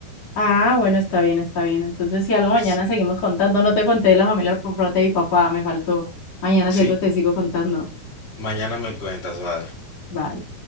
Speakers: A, on the left; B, on the left.
A: Ah, bueno, está bien, está bien. Entonces, si algo mañana
B: Sí,
A: seguimos contando, no te conté de la familia por parte de mi papá, me faltó. Mañana
B: sí.
A: si algo te sigo contando.
B: Mañana me cuentas, vale.
A: Vale.